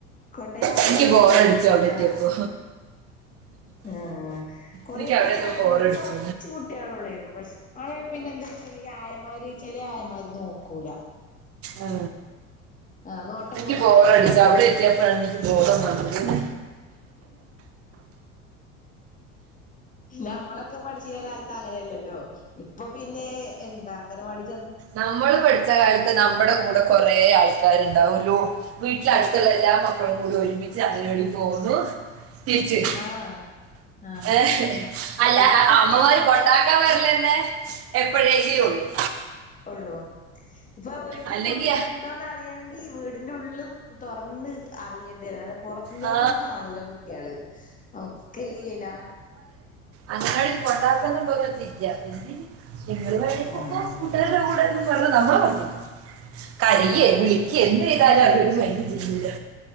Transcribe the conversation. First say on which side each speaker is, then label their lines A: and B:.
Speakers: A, on the left; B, on the right.
A: കൊണ്ട യാക്കെ
B: എനിക്ക്
A: ലേര്ന്നു
B: ബോറടിച്ചു അവിടെ
A: ആ
B: എത്തിയപ്പോ
A: ആ കൊറേ
B: എനിക്ക് അവിടെ
A: കുട്ട്യാൾണ്ട്.
B: എത്തിയപ്പോ ബോറടിച്ചു
A: മറ്റേ കൊറച്ച് കുട്ട്യാളൊള്ളേനു പഷ് <unintelligible> പിന്നെന്തെ ചെലേ ഈ ആയമാര് ചെലെ ആയമ്മാര് നോക്കൂല
B: ആ
A: ആഹ് നോട്ടം
B: എനിക്ക്
A: കൊറവാണ്
B: ബോറടിച്ച അവിടെ എത്തിയപ്പാണ് ബോധം വന്നത്
A: നമ്മള ക്കെ പഠിചീന കാലത്ത് അങ്ങനെയല്ലല്ലോ ഇപ്പൊ പിന്നെ എന്താ അങ്കനവാടി
B: നമ്മള് പഠിച്ച കാലത്ത് നമ്മുടെ കൂടെ കൊറേ ആൾക്കാരുണ്ടാവും ഒരു ലോ വീട്ടിലെ അടുത്തുള്ള എല്ലാ മക്കളും കൂടി ഒരുമിച്ച് അങ്കനവാടി പോകുന്നു തിരിച്ച്
A: ആഹ് ആഹ്
B: ഏഹ് അല്ല
A: ഇപ്പൊ കുട്ടികൾ
B: അമ്മമാർ
A: ഉണ്ടോന്ന്
B: കൊണ്ടാക്കാൻ വരലന്നെ എപ്പഴെങ്കിലു ഉള്ളൂ
A: ഉള്ളോ ഇപ്പൊ വീട്ടില്
B: അല്ലെങ്കി
A: കുട്ടികൾ ഉണ്ടോന്നറിയാ ണെങ്കി വീടിന്റെ ഉള്ള് തൊറന്ന് അറിയേണ്ടി വരും പൊറം ലോക
B: ആ
A: ഒന്നും കാണൂല കുട്ടികള് ഒക്കെ ഈ ലാ
B: അങ്കനവാടിയിൽ കൊണ്ടാക്കുന്നുണ്ടോന്ന് ചോദിച്ച ഇല്ല എന്തിന് നിങ്ങള് വേണേയ്
A: ആഹ്
B: പൊക്കോ കൂട്ടുകാരുടെ കൂടെ പറഞ്ഞ് നമ്മളെ നമ്മളെ പറഞ്ഞ് വിടും കരയേ
A: ആഹ്
B: വിളിക്കേ എന്ത് ചെയ്താലും അവര് ഒരു മൈന്റും ചെയ്യൂല